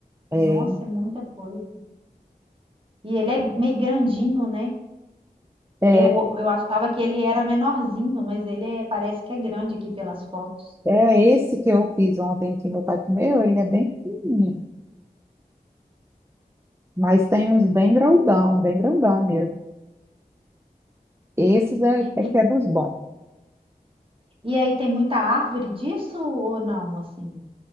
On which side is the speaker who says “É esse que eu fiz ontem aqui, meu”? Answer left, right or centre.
Right